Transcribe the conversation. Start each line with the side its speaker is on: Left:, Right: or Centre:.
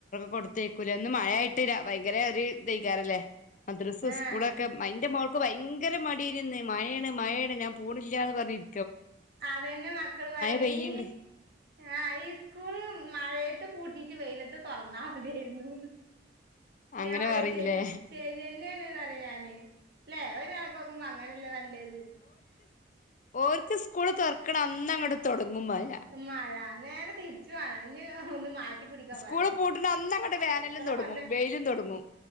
Left: കൊടുത്തേക്കൂല ഒന്ന് മഴയായിട്ടില്ല ഭയങ്കര ഒരു ഇയ്ക്കാറല്ലേ ആ ദ്രസ്ം
Right: ആഹ്
Left: സ്കൂളൊക്കെ അൻന്റെ മോ ഇക്ക ഭയങ്കര മടിയി ഇരുന്ന് മഴയാണ് മഴയാണ് ഞാൻ പോൂണില്ലന്ന് പറഞ്ഞ
Right: അതന്നെ മക്കള് പറയണ
Left: പെയ്യണ്ട്
Right: ഈ ആ ഹൈസ്കൂൾ മഴയട്ട പട്ടി ട്ടിട്ട് വെയിലത്ത് തൊറന്നാ മതിയാരുന്നുന്ന്
Left: അങ്ങനെ
Right: ഞാൻ പറയാ
Left: പറയിലേ
Right: ശരി ശരി ന്നെയാണ് പറയാ ഞാന് ല്ലേ കണക്ക് നോക്കുമ്പോ അങ്ങനെഅല്ലേ നല്ലത്
Left: ഓല്ക്ക് സ്കൂള് തൊറക്ക്ണ അന്ന് അങ്ങ് തൊടങ്ങും മയ
Right: മഴ നേരെ തിരിച്ചു വാണം നി ഒന്ന് മാറ്റി പിടിക്കാൻ
Left: സ്കൂള്
Right: പറയണം
Left: പൂട്ടുന്ന അന്ന് അങ്ങട്ട് വേനലും
Right: ഇത്ര
Left: തൊടങ്ങും
Right: കൊല്ല
Left: വെയിലും തൊടങ്ങും